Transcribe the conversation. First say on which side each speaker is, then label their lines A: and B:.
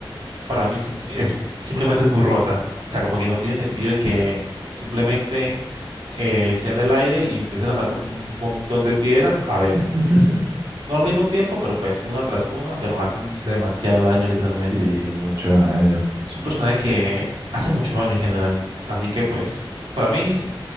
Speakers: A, on the right; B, on the right.
A: para mí sim- es, simplemente es muy rota. O sea, como que no tiene sentido que simplemente eh, esté en el aire y empiece a lanzar como un montón de piedras. A ver,
B: <laughs>
A: no al mismo tiempo, pero pues una tras una, pero hacen demasiado daño literalmente.
B: Sí, mucho daño.
A: Es un personaje que hace mucho daño en general. Así que pues, para mí...